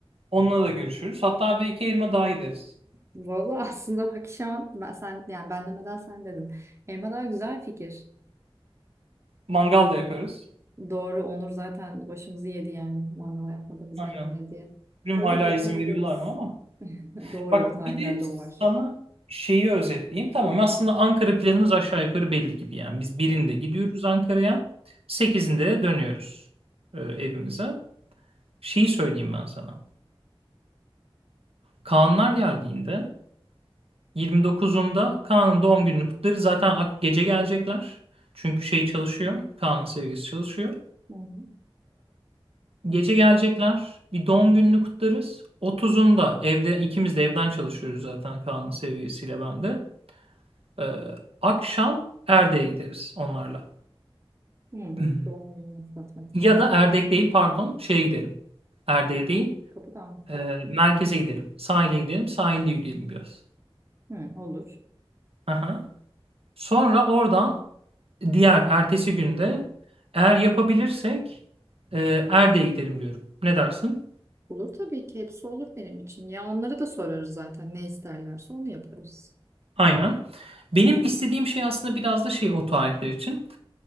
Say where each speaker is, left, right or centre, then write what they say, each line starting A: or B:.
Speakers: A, on the right; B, on the right.
A: Onunla da görüşürüz. Hatta bir iki elma daha gideriz.
B: Vallahi <laughs> aslında bak şu an ben, sen, yani ben demeden sen dedin. Elma daha güzel fikir.
A: Mangal da yaparız.
B: Doğru, Onur zaten başımızı yedi yani. Mangal yapmadığımızdan
A: Aynen.
B: benimle diye.
A: Bilmiyorum
B: Olur
A: hala
B: yapabiliriz.
A: izin veriyorlar mı ama.
B: <laughs> Doğru,
A: Bak
B: o tarihlerde
A: bir de
B: o var.
A: sana şeyi özetleyeyim. Tamam aslında Ankara planımız aşağı yukarı belli gibi yani. Biz birinde
B: Hı.
A: gidiyoruz Ankara'ya. Sekizinde de dönüyoruz e, evimize. Şeyi söyleyeyim ben sana. Kaanlar geldiğinde 29'unda Kaan'ın doğum gününü kutlarız. Zaten ak- gece gelecekler. Çünkü şey çalışıyor. Kaan'ın sevgilisi çalışıyor.
B: Hı hı.
A: Gece gelecekler. Bir doğum gününü kutlarız. 30'unda evde ikimiz de evden çalışıyoruz zaten Kaan'ın sevgilisiyle ben de. Ee, akşam Erdek'e gideriz onlarla.
B: Hı,
A: <clears throat>
B: Doğum gününü kutlatmak için.
A: Ya da Erdek değil pardon şeye gidelim. Erdek'e
B: Kapı,
A: değil.
B: kapıdan mı?
A: e, merkeze gidelim. Sahile gidelim. Sahilde yürüyelim biraz.
B: Hı, olur.
A: Aha. Sonra oradan diğer ertesi günde eğer yapabilirsek e, Erdek'e gidelim diyorum. Ne dersin?
B: Olur tabii ki hepsi olur benim için. Ya onlara da sorarız zaten ne isterlerse onu yaparız.
A: Aynen. Benim istediğim şey aslında biraz da şey o tarihler için.